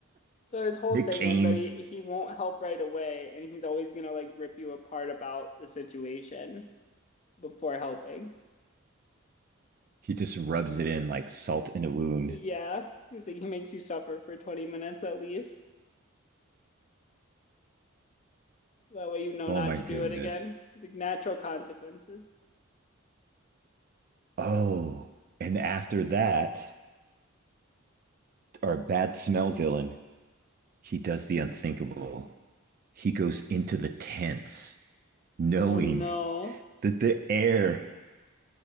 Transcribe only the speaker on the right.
Nick
Kane
he just rubs it in like salt in a wound
Oh
my
goodness.
oh and after that our bad smell villain he does the unthinkable he goes into the tents knowing
that the air